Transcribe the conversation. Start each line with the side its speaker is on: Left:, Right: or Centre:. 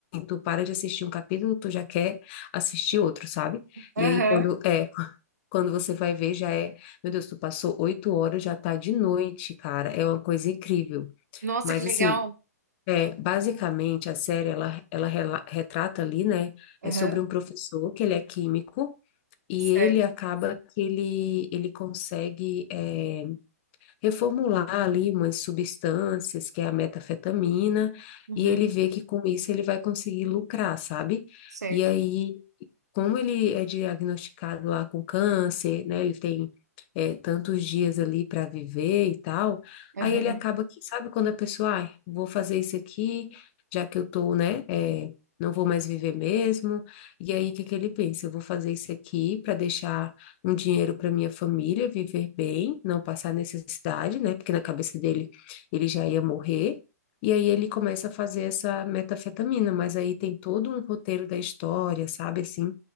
Left: tu para de assistir um capítulo, tu já quer assistir outro, sabe?
Right: Aham.
Left: E aí quando é, <laughs> quando você vai ver já é, meu Deus, tu passou oito horas, já tá de noite, cara. É uma coisa incrível.
Right: Nossa,
Left: Mas
Right: que legal.
Left: assim, é, basicamente a série ela, ela rela- retrata ali, né?
Right: Aham.
Left: É sobre um professor que ele é químico e
Right: Certo.
Left: ele acaba que ele, ele consegue é, reformular ali umas substâncias, que é a metafetamina,
Right: Uhum.
Left: e ele vê que com isso ele vai conseguir lucrar, sabe?
Right: Certo.
Left: E aí, como ele é diagnosticado lá com câncer, né? Ele tem é, tantos dias ali para viver e tal.
Right: Aham.
Left: Aí ele acaba que, sabe, quando a pessoa, ah, vou fazer isso aqui, já que eu tô, né, é, não vou mais viver mesmo. E aí, o que que ele pensa? Eu vou fazer isso aqui para deixar um dinheiro para minha família viver bem, não passar necessidade, né? Porque na cabeça dele ele já ia morrer. E aí ele começa a fazer essa metafetamina, mas aí tem todo um roteiro da história, sabe? Assim,